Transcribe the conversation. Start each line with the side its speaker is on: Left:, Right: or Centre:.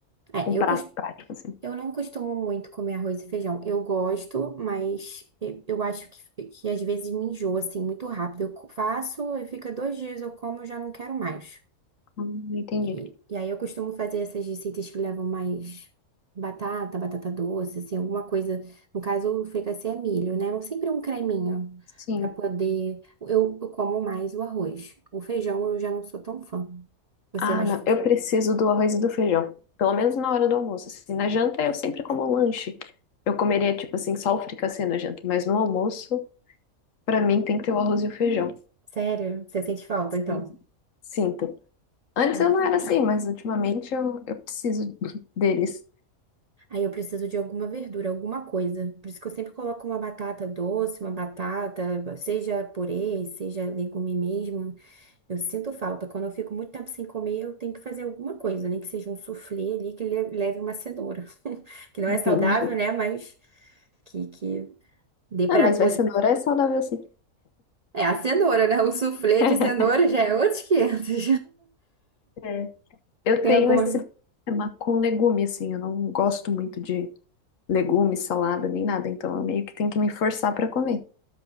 Right: É,
Left: um prato
Right: eu, cos-
Left: prático assim?
Right: eu não costumo muito comer arroz e feijão. Eu gosto, mas eu, eu acho que, que às vezes me enjoa, assim, muito rápido. Eu co- faço e fica dois dias, eu como, eu já não quero mais.
Left: Hum, entendi.
Right: E, e aí eu costumo fazer essas receitas que levam mais batata, batata doce, assim, alguma coisa. No caso, o fricassê é milho, né? Sempre um creminho
Left: Sim.
Right: para poder. Eu, eu como mais o arroz. O feijão eu já não sou tão fã. Você
Left: Ah,
Right: é mais.
Left: não, eu preciso do arroz e do feijão, pelo menos na hora do almoço. Assim, na janta eu sempre como um lanche. Eu comeria tipo assim só o fricassê na janta, mas no almoço Pra mim tem que ter o arroz e o feijão.
Right: Sério? Você sente falta,
Left: Sim,
Right: então?
Left: sinto. Antes
Right: É.
Left: eu não era assim, mas ultimamente eu, eu preciso deles.
Right: Aí eu preciso de alguma verdura, alguma coisa. Por isso que eu sempre coloco uma batata doce, uma batata, seja purê, seja legume mesmo. Eu sinto falta. Quando eu fico muito tempo sem comer, eu tenho que fazer alguma coisa, nem que seja um suflê ali que le- leve uma cenoura. <laughs> Que não
Left: Entendi.
Right: é saudável, né? Mas que, que dê pra
Left: Ah, mas
Right: poder.
Left: vai cenoura é saudável sim.
Right: É, a cenoura, né? O suflê
Left: <laughs>
Right: de cenoura já é outros 500. <laughs>
Left: É. Eu
Right: Tem
Left: tenho
Right: alguma.
Left: esse problema com legume, assim, eu não gosto muito de legume, salada, nem nada, então eu meio que tenho que me forçar pra comer.